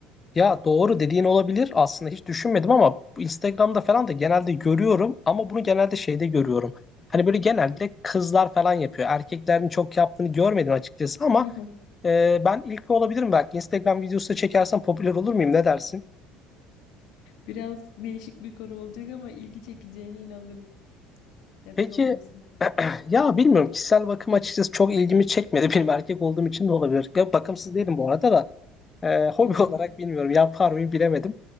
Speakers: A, on the left; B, on the left.
A: Ya doğru dediğin olabilir. Aslında hiç düşünmedim ama bu Instagram'da falan da genelde görüyorum ama bunu genelde şeyde görüyorum. Hani böyle genelde kızlar falan yapıyor. Erkeklerin çok yaptığını görmedim açıkçası ama
B: <laughs>
A: Ee, ben ilki olabilirim belki. Instagram videosu da çekersem popüler olur muyum? Ne dersin?
B: Biraz değişik bir konu olacak ama ilgi çekeceğine inanırım. Neden
A: Peki
B: olmasın?
A: <clears throat> ya bilmiyorum. Kişisel bakım açıkçası çok ilgimi çekmedi. <laughs> Benim erkek olduğum için de olabilir. Ya bakımsız değilim bu arada da. Ee, hobi
B: Hı hı,
A: <laughs> olarak bilmiyorum. Yapar mıyım bilemedim.